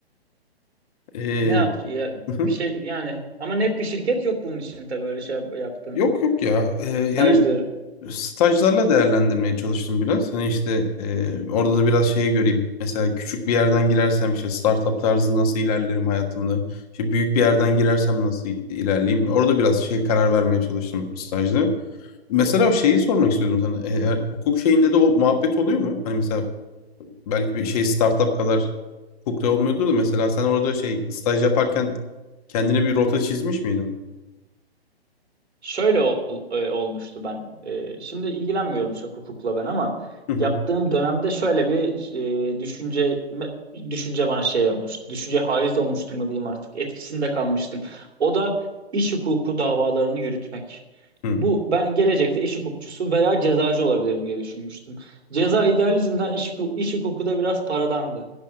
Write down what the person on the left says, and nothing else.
Ee,
hı hı.
yok yok ya. Ee, yani
Stajlarla değerlendirmeye çalıştım biraz. Hani işte e, orada da biraz şeyi göreyim. Mesela küçük bir yerden girersem işte startup tarzı nasıl ilerlerim hayatımda? İşte büyük bir yerden girersem nasıl ilerleyeyim? Orada biraz şey karar vermeye çalıştım stajda. Mesela o şeyi sormak istiyordum sana. E, her- hukuk şeyinde de o muhabbet oluyor mu? Hani mesela belki bir şey startup kadar hukukta olmuyordu da mesela sen orada şey staj yaparken kendine bir rota çizmiş miydin?
Hı hı
hı